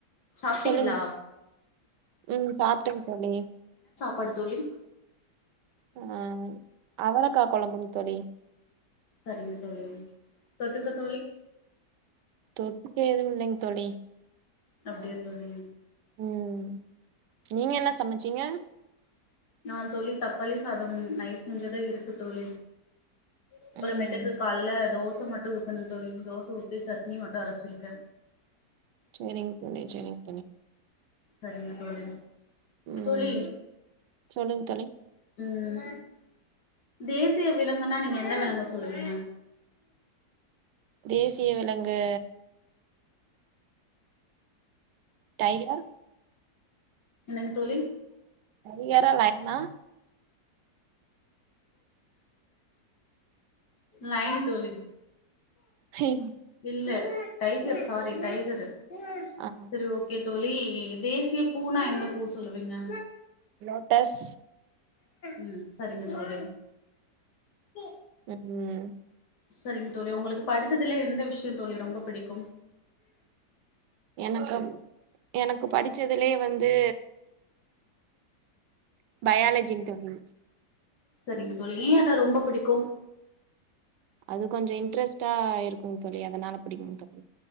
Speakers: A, on the left; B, on the right.
A: சாப்ட்டீங்களா
B: சொல்லுங் ம் சாப் தோழி
A: படு தோழி
B: அ அவரக்கா கொழம்புங் தோழி
A: சரிங்க தோழி தொட்டுக்க தோழி
B: தொட்க்க எது இல்லங் தோழி
A: அப்டியா தோழி
B: ம் நீங்க என்ன சமைச்சீங்க
A: நா தோழி தக்காளி சாதம் நைட் செஞ்சதே இருக்கு தோழி அப்றமேட்டுக்கு
B: ம்
A: கால்ல தோச மட் ட்டு ஊத்தண தோழி தோச ஊத்தி சட்னி மட்டு அரச்சிருக்க
B: செரிங் தோழி செரிங்
A: சரிங்க தோழி
B: ம்
A: தோழி
B: சொல்லுங் தோழி
A: உம் தேசிய விலங் ங்ன்னா நீங்க எந்த விலங்க சொல்லுவீங்க
B: தேச சிய விலங்கு டைகர்
A: என்னங் தோழி
B: அதிகரோ நைனா
A: லயன் தோழி
B: ஹெய்
A: இல்ல டைகர் சாரி டைகரு
B: ஆ
A: சரி ஓகே தோழி தேசிய பூனா எந்த பூ சொல்லுவீங்க
B: லோட்டஸ்
A: உம் சரிங்க தோழி ச
B: உ உம்
A: சரிங்க தோழி உங்களுக்கு படிச்சதுல எந்த விஷயம் தோழி ரொம்ப பிடிக்கும்
B: எனக்கப் எனக்கு படிச்சதுலயே வந்து பயாலஜிங் தோழி
A: சரிங்க தோழி ஏ அத ரொம்ப பிடிக்கும்
B: அது கொஞ்சிசோ இன்ட்ரெஸ்ட்டா இருக்குங் தோழி அதனால பிடிக்குங் தோழி